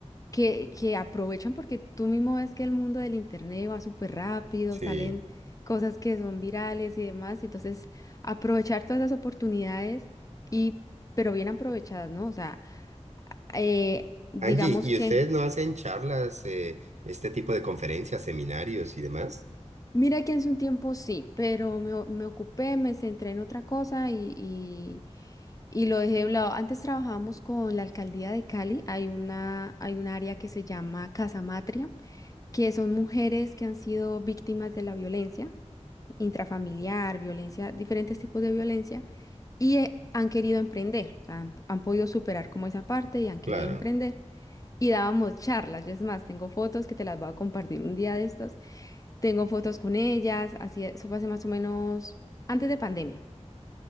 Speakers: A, on the left; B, on the right.
A: que, que aprovechan porque tú mismo ves que el mundo del internet va súper rápido,
B: Sí.
A: salen cosas que son virales y demás, y entonces aprovechar todas esas oportunidades y pero bien aprovechadas, ¿no? O sea, eh, digamos
B: Angie, ¿y
A: que
B: ustedes no hacen charlas, eh, este tipo de conferencias, seminarios y demás?
A: mira que hace un tiempo sí, pero me, o- me ocupé, me centré en otra cosa y, y y lo dejé de un lado. Antes trabajábamos con la alcaldía de Cali, hay una, hay un área que se llama Casa Matria, que son mujeres que han sido víctimas de la violencia. intrafamiliar, violencia, diferentes tipos de violencia, y eh, han querido emprender, o sea, han, han podido superar como esa parte y han querido
B: Claro.
A: emprender. Y dábamos charlas, yo es más, tengo fotos que te las voy a compartir un día de estos. Tengo fotos con ellas, así, eso fue hace más o menos antes de pandemia.